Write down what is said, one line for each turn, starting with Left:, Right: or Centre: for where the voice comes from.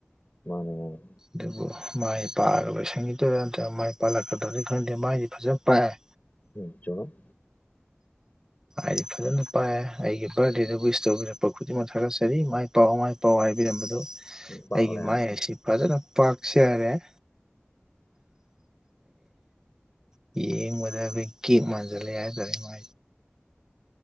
Left: ꯃꯥꯅꯦ ꯃꯥꯅꯦ
Right: ꯑꯗꯨꯕꯨ ꯃꯥꯏ ꯄꯥꯛꯑꯒ ꯂꯣꯏꯁꯟꯈꯤꯗꯣꯏꯔꯥ ꯅꯠꯇ꯭ꯔꯒ ꯃꯥꯏ ꯄꯥꯛꯜꯂꯛꯀꯗꯧꯗꯤ ꯈꯪꯗꯦ ꯃꯥꯏꯗꯤ ꯐꯖꯅ ꯄꯥꯛꯑꯦ
Left: ꯎꯝ ꯆꯅꯣ
Right: ꯍꯥꯏꯗꯤ ꯐꯖꯅ ꯄꯥꯏꯑ ꯑꯩꯒꯤ ꯕꯥꯔꯗꯦꯗ ꯋꯤꯁ ꯇꯧꯕꯤꯔꯛꯄ ꯈꯨꯗꯤꯡꯃꯛ ꯊꯥꯒꯠꯆꯔꯤ ꯃꯥꯏ ꯄꯥꯎ ꯃꯥꯏ ꯄꯥꯎ ꯍꯥꯏ ꯍꯥꯏꯕꯤꯔꯝꯕꯗꯨ
Left: ꯄꯥꯛꯂꯦ
Right: ꯑꯩꯒꯤ ꯃꯥꯏ ꯑꯁꯤ ꯐꯖꯅ ꯄꯥꯛꯆꯔꯦ ꯑꯦ ꯍ ꯃꯗꯕꯀꯤ ꯃꯟꯖꯂꯦꯏ ꯇꯔꯃ